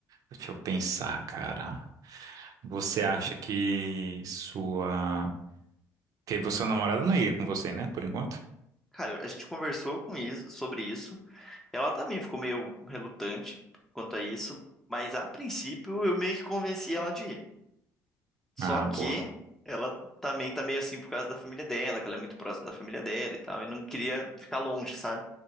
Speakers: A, on the right; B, in the centre.
A: deixa eu pensar, cara. Você acha que sua... Que seu namorado não ia com você, né? Por enquanto?
B: cara, a gente conversou com isso, sobre isso, ela também ficou meio relutante quanto a isso, mas a princípio eu meio que convenci ela de ir. Só
A: Ah,
B: que
A: boa.
B: ela também tá meio assim por causa da família dela, que ela é muito próxima da família dela e tal, e não queria ficar longe, sabe?